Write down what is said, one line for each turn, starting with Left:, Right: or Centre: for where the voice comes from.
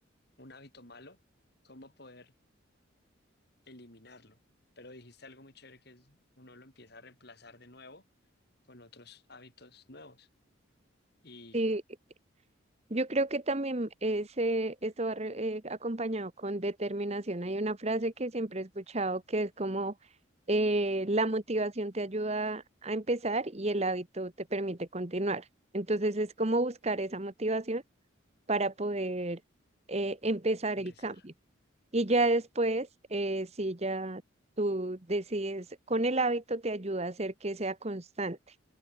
Left: un hábito malo, cómo poder eliminarlo? Pero dijiste algo muy chévere que es uno lo empieza a reemplazar de nuevo con otros hábitos nuevos y
Right: Sí, yo creo que también ese, esto va re- eh, acompañado con determinación. Hay una frase que siempre he escuchado que es como eh, la motivación te ayuda a empezar y el hábito te permite continuar. Entonces es como buscar esa motivación para poder eh, empezar
Left: empezar.
Right: el cambio. Y ya después, eh, si ya tú decides con el hábito, te ayuda a hacer que sea constante.